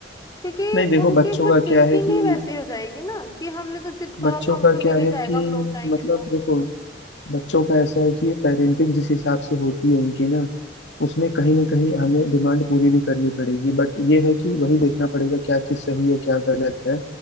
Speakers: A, on the left (about 20°); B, on the left (about 80°).
A: क्योंकि
B: नहीं देखो
A: उनकी
B: बच्चों
A: फिर
B: का
A: थिंकिंग
B: क्या है कि
A: ही वैसी हो जाएगी ना कि हमने तो जिद करा
B: बच्चों
A: तो हमें
B: का
A: तो मिल
B: क्या
A: ही
B: है
A: जाएगा
B: कि
A: हम रो जाएंगे
B: मतलब
A: तो
B: देखो बच्चों का ऐसा है कि पेरेंटिंग जिस हिसाब से होती है उनकी ना उसमें कहीं ना कहीं हमें डिमांड पूरी भी करनी पड़ेगी बट ये है कि वही देखना पड़ेगा क्या चीज़ सही है क्या गलत है